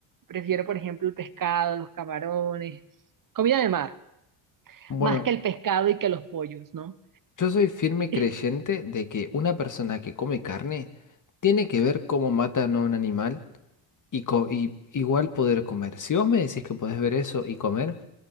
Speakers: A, on the right; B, on the left.
A: Prefiero, por ejemplo, el pescado, los camarones, comida de mar,
B: Bueno,
A: más que el pescado y que los pollos, ¿no?
B: yo soy firme creyente
A: <laughs>
B: de que una persona que come carne tiene que ver cómo mata no a un animal y, co- y igual poder comer. Si vos me decís que podés ver eso y comer,